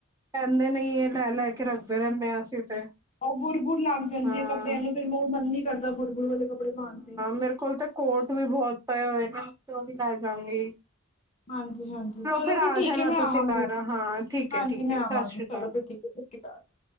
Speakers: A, on the right (about 15°); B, on the left (about 35°).
A: ਪੈਂਦੇ ਨਈ ਏ। ਲੈ ਲੈ ਕੇ ਰੱਖਦੇ ਰੈਨੇ ਆਂ ਅਸੀ ਤੇ।
B: ਓ ਬੁਰ ਬੁਰ ਲੱਗ ਜਾਂਦੀ
A: ਹਾਂ।
B: ਏ ਕੱਪੜੇਆਂ ਨੂੰ। ਫੇਰ ਮੈਂ ਓ ਮਨ ਨੀ ਕਰਦਾ ਬੁਰ ਬੁਰ ਵਾਲੇ ਕੱਪੜੇ ਪਾਨ ਤੇ।
A: ਮੇਰ ਕੋਲ ਤੇ ਕੋਟ ਵੀ ਬੋਹਤ ਪਏ ਹੋਏ ਨੇ ਓ ਵੀ ਲੈ ਜਾਂਗੀ।
B: ਹਾਂਜੀ ਹਾਂਜੀ। ਚਲੋ
A: ਫਿਰ ਆ
B: ਫੇਰ ਠੀਕ
A: ਜਾਣਾ
B: ਏ ਮੈਂ
A: ਤੁਸੀਂ
B: ਆਵਾਂਗੀ।
A: ਘਰ ਹਾਂ ਠੀਕ
B: ਹਾਂਜੀ
A: ਹੈ-ਠੀਕ
B: ਮੈਂ
A: ਹੈ ਸਤਿ
B: ਆਵਾਂਗੀ।
A: ਸ਼੍ਰੀ ਅਕਾਲ।
B: ਚਲੋ ਫੇਰ ਠੀਕ ਏ। <unintelligible>